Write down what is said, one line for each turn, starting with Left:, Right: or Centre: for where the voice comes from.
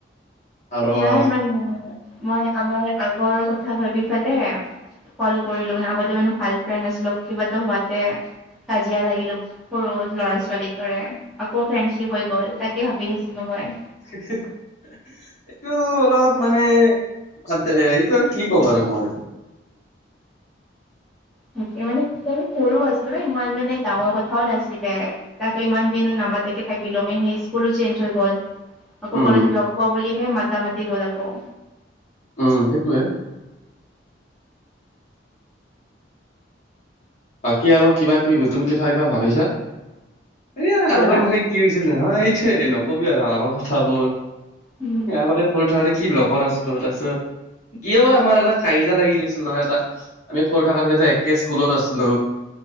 Left: আৰু
Centre: নাই মানে মই আমাৰ আগৰ কথা ভাবি পেলাই। কল কৰিলো মানে আগতে মানে ভাল ফ্ৰেড আছিলো কিবা এটা হোৱাতে কাজিয়া লাগিলোঁ। সৰু ল'ৰা ছোৱালী দৰে আকৌ ফ্ৰেণ্ডশ্বিপ হৈ গ'ল তাকে ভাবি আছিলো মই,
Left: হি- হি- হি এইটো অলপ মানে বাদদে এইটো আৰু কি কম আৰু মই।
Centre: তেতিয়া মানে একদম সৰু আছিলো ইমান মানে ডাঙৰ কথাও নাছিলে। তাকৌ ইমান দিন নামাতেকে থাকিলো আমি স্কুলো চেঞ্জ হৈ গল। আকৌ
Left: উম
Centre: কলেজ লগ পোৱা বুলিহে মাতা মাতি হ'ল আকৌ।
Left: উম সেইটোয়ে। বাকী আৰু কিবা কিবি নতুন কথা কিবা ভাবিছা এই
Centre: কি
Left: আগৰ
Centre: ক'লা
Left: সেই। কি হৈছিল হা সেইটোৱে নকবি আৰু আগৰ কথাবোৰ।
Centre: উম।
Left: আগতে সৰু থাকোতে কি লগৰ আছিলো তাৰপিছত, কিয় বা আমাৰ এটা কাজিয়া লাগি গৈছিল নহয় এটা। আমি সৰু থাকাত যেতিয়া একে স্কুলত আছিলো